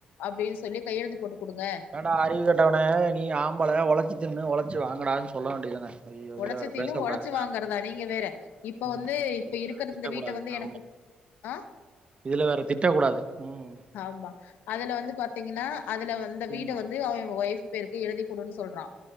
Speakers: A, on the left; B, on the right.
A: அப்டின்னு சொல்லி கையெழுத்து போட்டு குடுங்க
B: ஏண்டா அறிவு கட்டவனே நீ ஆம்பள ஒழைச்சி தின்னு ஒழைச்சு வாங்கடான்னு சொல்ல வேண்டி தானே ஐயயோ இதுல
A: ஒழைச்சு
B: வேற
A: தின்னு
B: பேசக்க கூடாது
A: ஒழைச்சு
B: சார்
A: வாங்கறதா நீங்க வேற இப்ப
B: உம்
A: வந்து இப்ப இருக்கிற
B: திட்டக்கூடாது
A: இந்த வீட்ட வந்து
B: ஆமா
A: எனக்கு ஆ
B: இதுல வேற திட்ட கூடாது உம்
A: ஆமா அதுல வந்து பாத்தீங்கன்னா அதுல வந்து வீட
B: ம்
A: வந்து அவன் வைஃப் பேருக்கு எழுதிக்குடுன்னு சொல்றான்